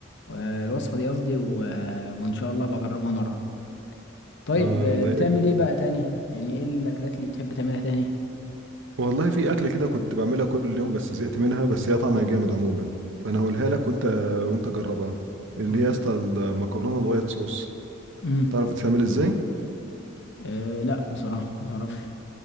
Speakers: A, on the left; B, on the right.
A: آه، الوصفه دي قصدي و- وان شاء الله بجربها مره طيب
B: اه
A: آه،
B: والله
A: بتعمل
B: يا جامد
A: ايه بقى تاني يعني ايه الاكلات اللي بتحب تعملها تاني
B: والله في اكله كده كنت بعملها كل يوم بس زهقت منها بس هي طعمها جامد عموما فانا هقولها لك وانت وانت جربها اللي
A: قول
B: هي يا
A: لي
B: اسطى المكرونه الوايت صوص
A: امم
B: تعرف تتعمل ازاي
A: أه لا بصراحه ما اعرفش